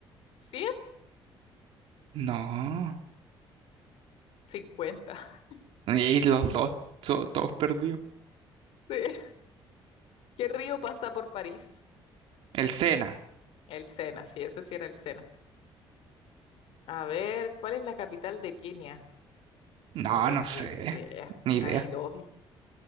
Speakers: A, on the left; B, on the right.
A: 100,
B: No.
A: 50. <laughs>
B: Y los dos, to- todos perdidos.
A: Sí. ¿Qué río pasa por París?
B: El Sena.
A: El Sena, sí, ese sí era el Sena. A ver, ¿cuál es la capital de Kenia?
B: No,
A: No tengo
B: no sé.
A: idea.
B: Ni
A: Nairobi.
B: idea.